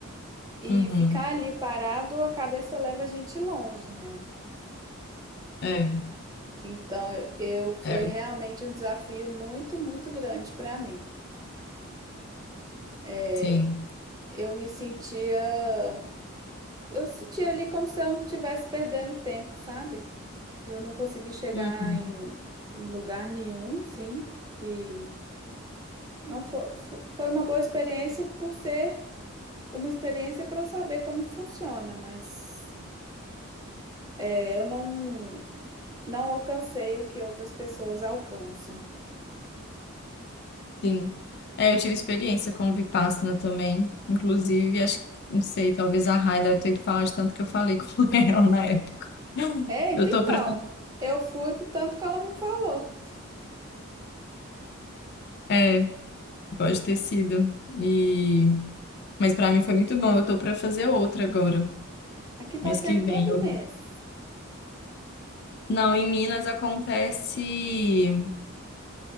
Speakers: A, on the right; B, on the left.
A: E
B: uhum,
A: ficar ali parado, a cabeça leva a gente longe, né?
B: é,
A: Então eu foi
B: é,
A: realmente um desafio muito, muito grande para mim. É,
B: sim,
A: eu me sentia, eu sentia ali como se eu não estivesse perdendo tempo, sabe? Eu não consegui chegar
B: uhum,
A: em, em lugar nenhum, sim. e Não foi, foi uma boa experiência por ser uma experiência para eu saber como funciona, mas é, eu não, não alcancei o que outras pessoas alcançam.
B: sim. É, eu tive experiência com o Vipassana também, inclusive, acho que, não sei, talvez a Rai deve ter ido falar de tanto que eu falei com <laughs> ela na época.
A: É,
B: Eu
A: então,
B: tô pra,
A: eu fui pro tanto que ela me falou.
B: é, pode ter sido, e, mas pra mim foi muito bom, eu tô pra fazer outra agora,
A: Aqui tá
B: mês
A: tendo
B: que vem.
A: todo
B: Eu-
A: mês.
B: Não, em Minas acontece,